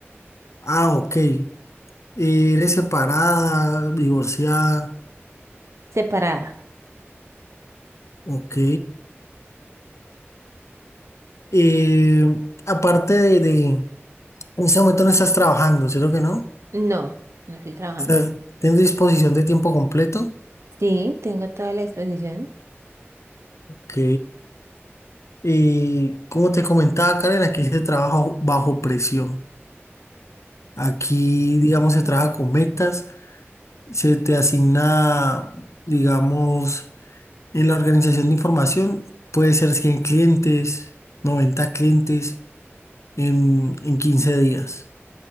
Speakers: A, on the left; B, on the right.
A: Ah, ok. Eh, ¿eres separada, divorciada?
B: Separada.
A: Ok. Eh, aparte de, de- en este momento no estás trabajando, ¿cierto que no?
B: No, no estoy trabajando.
A: ¿Estás- ¿Tienes disposición de tiempo completo?
B: Sí, tengo toda la disposición.
A: Ok. Eh, como te comentaba, Karen, aquí se trabaja bajo presión. Aquí,
B: Ok.
A: digamos, se trabaja con metas, se te asigna, digamos, En la organización de información puede ser 100 clientes, 90 clientes en, en 15 días.